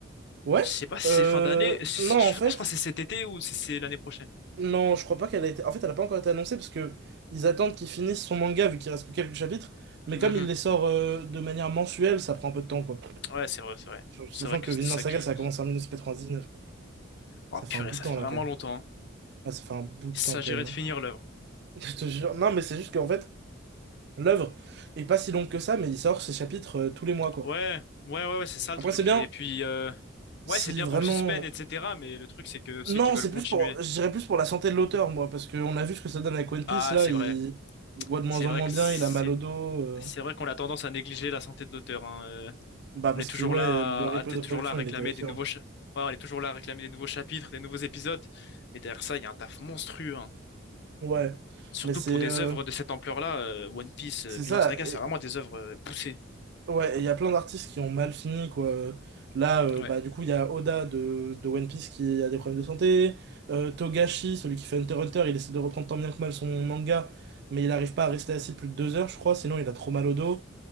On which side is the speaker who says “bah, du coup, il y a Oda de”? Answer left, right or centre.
Right